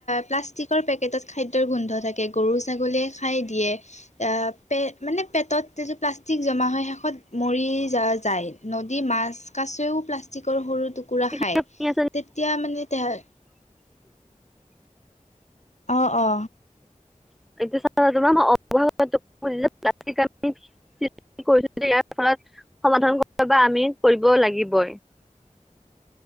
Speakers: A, on the left (about 60°); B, in the centre.
A: প্লাষ্টিকৰ পেকেটত খাদ্যয়ৰ গোন্ধ থাকে গৰু ছাগলীয়ে। খাই দিয়ে পে পেত প্লেলাষ্টিক জেমা হয় মৰি যায়। নদী মাছ কাছেও প্লাষ্টিকৰ সৰু টুকুৰা
B: শুনি
A: খায়,
B: আছে
A: তেতিয়া মানে।
B: <unintelligible>
A: অহ অ।
B: <unintelligible> এতিয়ামাৰ অ যে ইয়াৰ ফলত। সমাধান কৰ বা আমি কৰিব লাগিবই।